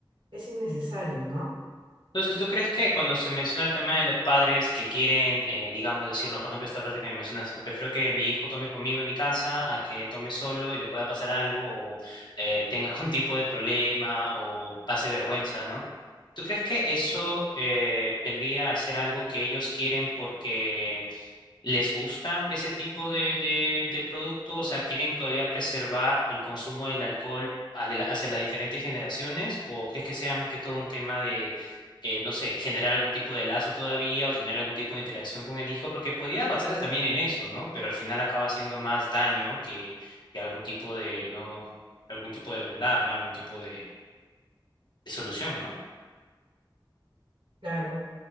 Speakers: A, on the right (about 70°); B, on the left (about 60°).
A: es innecesario, ¿no?
B: Entonces, ¿tú crees que cuando se menciona el tema de los padres que quieren, eh, digamos, decir, no, por ejemplo, esta frase que me mencionas, no prefiero que mi hijo tome conmigo en mi casa a que tome solo y le pueda pasar algo o eh, tenga <laughs> algún tipo de problema o pase vergüenza, ¿no? ¿Tú crees que eso eh, vendría a ser algo que ellos quieren porque ¿Les gusta ese tipo de, de, de producto? O sea, ¿quieren todavía preservar el consumo del alcohol hacia, la- hacia las diferentes generaciones? ¿O crees que sea más que todo un tema de, eh, no sé, generar algún tipo de lazo todavía o tener algún tipo de interacción con el hijo? Porque podía basarse también en eso, ¿no? Pero al final acaba haciendo más daño que, que algún tipo de, ¿no? Algún tipo de bondad, ¿no? Algún tipo de, de solución, ¿no?
A: Claro,